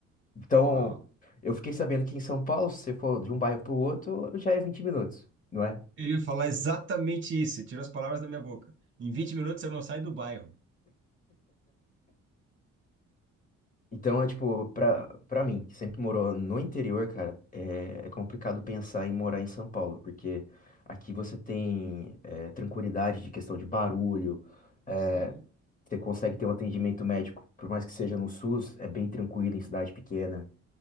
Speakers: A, on the left; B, on the right.
A: Então,
B: Uau.
A: eu fiquei sabendo que em São Paulo, se você for de um bairro pro outro, já é 20 minutos, não é?
B: Eu ia falar exatamente isso, você tirou as palavras da minha boca. Em 20 minutos você não sai do bairro.
A: Então, é tipo, pra, pra mim, que sempre morou no interior, cara, é, é complicado pensar em morar em São Paulo, porque aqui você tem é, tranquilidade de questão de barulho, é,
B: Sim,
A: você consegue ter um atendimento médico, por mais que seja no SUS, é bem tranquilo em cidade pequena.